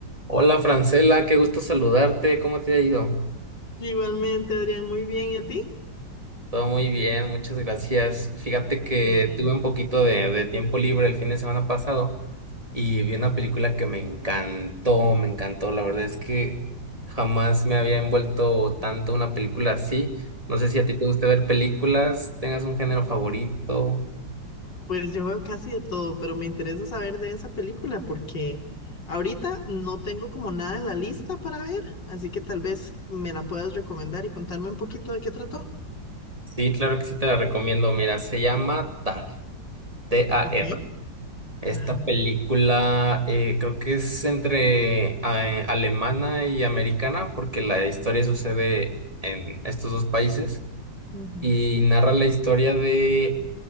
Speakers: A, on the right; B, on the left.
A: Hola Francela, qué gusto saludarte. ¿Cómo te ha ido?
B: Igualmente, Adrián, muy bien. ¿Y a ti?
A: Todo muy bien, muchas gracias. Fíjate que
B: Qué bueno.
A: tuve un poquito de, de tiempo libre el fin de semana pasado y vi una película que me encantó, me encantó. La verdad es que jamás me había envuelto tanto una película así. No sé si a ti te gusta ver películas, tengas un género favorito.
B: Pues yo veo casi de todo, pero me interesa saber de esa película porque ahorita no tengo como nada en la lista para ver, así que tal vez me la puedas recomendar y contarme un poquito de qué trató.
A: Sí, claro que sí te la recomiendo. Mira, se llama TAR, T-A-R.
B: Ok.
A: Esta
B: Ajá.
A: película eh, creo que es entre eh, alemana y americana porque la historia sucede en estos dos países
B: Ujú.
A: y narra la historia de